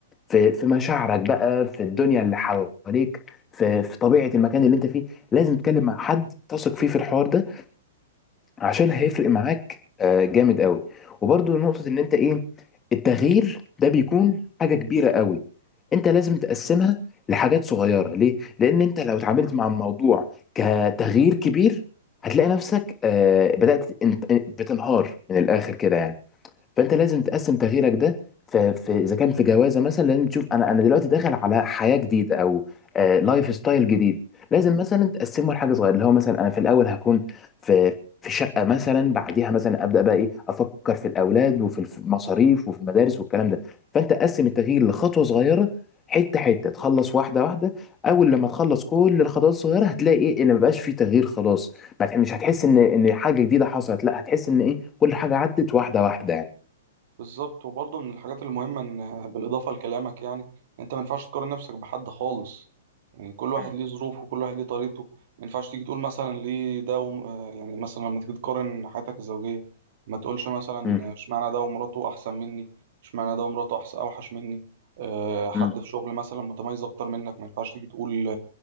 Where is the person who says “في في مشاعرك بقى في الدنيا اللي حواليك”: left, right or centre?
Left